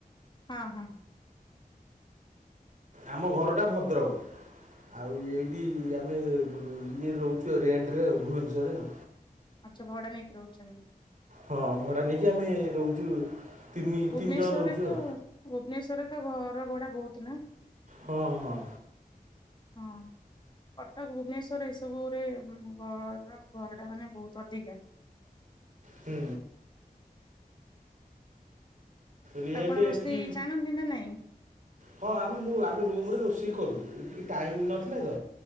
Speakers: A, on the left; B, on the right.
A: ହଁ ହଁ।।
B: ଆମ ଘର ଟା ଭଦ୍ରକ। ଆଉ ଏଇଠି ଆମେ ଇଏ ରହୁଛୁ ରେଣ୍ଟରେ ଆଉ ଭୁବନେଶ୍ୱର ରେ ଆଉ।
A: ଆଚ୍ଛା ଭଡା ନେଇକି ରହୁଛନ୍ତି।
B: ହଁ, ଭଡ଼ା ନେଇକି ଆମେ ରହୁଛୁ। ତିନି
A: ଭୁବନେଶ୍ୱରରେ
B: ତିନି ଜଣ ରହୁଛୁ
A: ତ
B: ଆଉ
A: ଭୁବନେଶ୍ଵରରେ ତ ଘର ଭଡା ବହୁତ ନା?
B: ହଁ ହଁ।
A: ହଁ। କଟକ, ଭୁବନେଶ୍ୱର ଏସବୁ ରେ ଘର ଭଡ଼ା ମାନେ ବହୁତ ଅଧିକା।
B: ହୁଁ। ରେଣ୍ଟ
A: ଆପଣ ରୋଷେଇ
B: ଏଠି
A: ଜାଣନ୍ତି ନା ନାଇଁ?
B: ହଁ, ଆମେ ମୁଁ ଆମେ ରୁମରେ ରୋଷେଇ କରୁ। ଏ ଟିକେ ଟାଇମ୍ ନଥିଲା ତ।